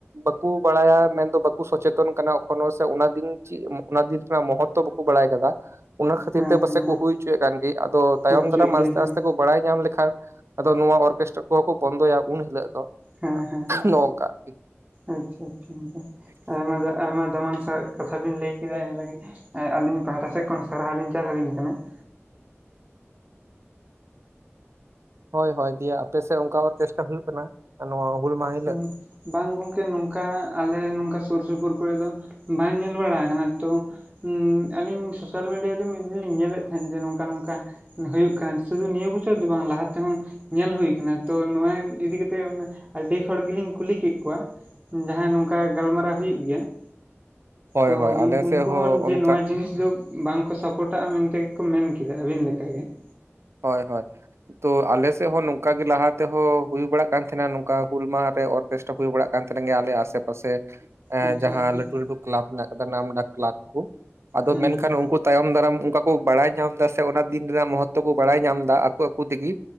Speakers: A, on the right; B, on the right.
A: ᱵᱟᱠᱚ ᱵᱟᱲᱟᱭᱟ ᱾ ᱢᱮᱱᱫᱚ ᱵᱟᱠᱚ ᱥᱚᱪᱮᱛᱚᱱ ᱠᱟᱱᱟ ᱾ ᱠᱳᱱᱳ ᱥᱮ ᱚᱱᱟ ᱫᱤᱱ ᱪᱮᱫ, ᱚᱱᱟ ᱫᱤᱱ ᱨᱮᱱᱟᱜ ᱢᱚᱦᱚᱛᱛᱚ ᱵᱟᱠᱚ ᱵᱟᱲᱟᱭ ᱠᱟᱫᱟ ᱾ ᱚᱱᱟ ᱠᱷᱟᱹᱛᱤᱨ
B: ᱦᱮᱸ
A: ᱛᱮ, ᱯᱟᱥᱮᱡ
B: ᱦᱮᱸ
A: ᱠᱚ ᱦᱩᱭ ᱦᱚᱪᱚᱭᱮᱫ ᱠᱟᱱ ᱜᱮ, ᱟᱫᱚ ᱛᱟᱭᱚᱢ
B: ᱦᱳᱭ ᱦᱚᱪᱚᱭᱮᱫ
A: ᱫᱟᱨᱟᱢ ᱟᱥᱛᱮ
B: ᱜᱮᱭᱟ ᱦᱮᱸ
A: ᱟᱥᱛᱮ ᱠᱚ ᱵᱟᱲᱟᱭ ᱧᱟᱢ ᱞᱮᱠᱷᱟᱱ, ᱟᱫᱚ ᱱᱚᱣᱟ ᱚᱨᱠᱮᱥᱴᱨᱟ ᱠᱚᱦᱚ ᱠᱚ ᱵᱚᱱᱫᱚᱭᱟ ᱾ ᱩᱱ ᱦᱤᱞᱳ ᱫᱚ
B: ᱦᱮᱸ ᱦᱮᱸ ᱦᱮᱸ
A: ᱱᱚᱝᱠᱟ ᱟᱨᱠᱤ᱾
B: ᱟᱪᱪᱷᱟ, ᱟᱪᱪᱷᱟ ᱜᱚᱝᱠᱮ ᱟᱭᱢᱟ ᱫᱟᱢᱟᱱ ᱥᱟ ᱠᱟᱛᱷᱟ ᱵᱮᱤᱱ ᱞᱟᱹᱭ ᱠᱮᱫᱟ ᱾ ᱤᱱᱟᱹ ᱞᱟᱹᱜᱤᱫ ᱟᱹᱞᱤᱧ ᱯᱟᱦᱴᱟ ᱥᱮᱫ ᱠᱷᱚᱱ, ᱥᱟᱨᱦᱟᱣ ᱞᱤᱧ ᱪᱟᱞ ᱟᱹᱵᱤᱱ ᱠᱟᱱᱟ ᱾
A: ᱦᱳᱭᱼ ᱦᱳᱭ ᱫᱤᱭᱮ ᱟᱯᱮᱥᱮᱫ ᱚᱱᱠᱟ ᱚᱨᱠᱮᱥᱴᱟ ᱦᱩᱭᱩᱜ ᱠᱟᱱᱟ ᱾ ᱱᱚᱣᱟ ᱦᱩᱞ ᱢᱟᱦᱟ ᱦᱤᱞᱳᱜ
B: ᱦᱩᱸ ᱵᱟᱝ ᱜᱚᱝᱠᱮ, ᱱᱚᱝᱠᱟ ᱟᱞᱮ ᱱᱚᱝᱠᱟ ᱥᱩᱨ ᱥᱩᱯᱩᱨ ᱠᱚᱨᱮ ᱫᱚ ᱵᱟᱝ ᱧᱮᱞ ᱵᱟᱲᱟ ᱠᱟᱱᱟ ᱾ ᱛᱚ ᱦᱴᱩᱢ ᱟᱹᱞᱤᱧ ᱥᱳᱥᱟᱞ ᱢᱤᱰᱤᱭᱟᱟᱨᱮ ᱢᱤᱫ ᱫᱤᱱ ᱞᱤᱧ ᱧᱮᱞᱮᱫ ᱛᱟᱦᱮᱸᱫ ᱡᱮ ᱱᱚᱝᱠᱟ- ᱱᱚᱝᱠᱟ ᱾ ᱦᱩᱭᱩᱜᱭ ᱠᱟᱱᱟ ᱾ ᱥᱩᱫᱷᱩ ᱱᱤᱭᱟᱹ ᱵᱚᱪᱷᱚᱨ ᱫᱚ ᱵᱟᱝ ᱞᱟᱦᱟ ᱛᱮᱦᱚ, ᱧᱮᱞ ᱦᱩᱭ ᱠᱟᱱᱟ ᱛᱚ, ᱱᱚᱣᱟ ᱤᱫᱤ ᱠᱟᱛᱮᱜ ᱟᱹᱰᱤ ᱦᱚᱲ ᱜᱮᱞᱤᱧ ᱠᱩᱞᱤ ᱠᱮᱫ ᱠᱚᱣᱟ, ᱡᱟᱦᱟᱸᱭ ᱱᱚᱝᱠᱟ ᱜᱟᱞᱢᱟᱨᱟᱣ ᱦᱩᱭᱩᱜ ᱜᱮᱭᱟ ᱾
A: ᱦᱳᱭ
B: ᱛᱚ
A: ᱦᱳᱭ ᱟᱞᱮ ᱥᱮᱫ
B: ᱩᱱᱠᱩ ᱦᱚᱸ
A: ᱚᱱᱠᱟ
B: ᱡᱮ ᱱᱚᱣᱟ ᱡᱤᱱᱤᱥ ᱫᱚ, ᱵᱟᱝᱠᱚ ᱥᱟᱯᱚᱴᱟᱜᱼᱟ ᱾ ᱢᱮᱱᱛᱮᱜᱮᱠᱚ ᱢᱮᱱ ᱠᱮᱜᱼᱟ ᱟᱹᱵᱤᱱ ᱞᱮᱠᱟᱜᱮ ᱾
A: ᱦᱳᱭ ᱦᱳᱭ ᱛᱚ ᱟᱞᱮᱮᱥᱮᱫ ᱦᱚᱸ ᱱᱚᱝᱠᱟ ᱜᱮ ᱞᱟᱦᱟᱛᱮᱦᱚᱸ ᱦᱩᱭ ᱵᱟᱲᱟᱜ ᱠᱟᱱ ᱛᱟᱦᱮᱸᱱᱟ ᱾ ᱱᱚᱝᱠᱟ ᱦᱩᱞ ᱢᱟᱦᱟᱮ ᱚᱨ ᱠᱮᱥᱴᱟ ᱦᱩᱭ ᱵᱟᱲᱟᱜ ᱠᱟᱱ ᱛᱟᱦᱮᱱ ᱜᱮ ᱾ ᱟᱞᱮ ᱟᱥᱮ ᱢᱟᱥᱮ
B: ᱟᱪᱪᱷᱟ
A: ᱡᱟᱸᱦᱟ
B: ᱟᱪᱪᱷᱟ
A: ᱞᱟᱴᱩ ᱞᱟᱴᱩ ᱠᱮᱞᱟᱵ ᱢᱮᱱᱟᱜ ᱠᱟᱫᱟ, ᱱᱟᱢᱰᱟᱠ ᱠᱮᱞᱟᱵ ᱠᱚ ᱟᱫᱚ
B: ᱦᱮᱸ
A: ᱢᱮᱱᱠᱷᱟᱱ
B: ᱦᱮᱸ
A: ᱠᱩ ᱛᱟᱭᱚᱢ ᱫᱟᱨᱟᱢ ᱚᱱᱠᱟ ᱠᱚ ᱵᱟᱲᱟᱭ ᱧᱟᱢ ᱫᱟ ᱾ ᱥᱮ ᱚᱱᱟ ᱫᱤᱱ ᱨᱮᱱᱟᱜ ᱢᱚᱦᱚᱛᱛᱚ ᱠᱚ ᱵᱟᱲᱟᱭ ᱧᱟᱢ ᱫᱟ ᱾ ᱟᱠᱚ ᱟᱠᱚ ᱛᱤᱜᱮ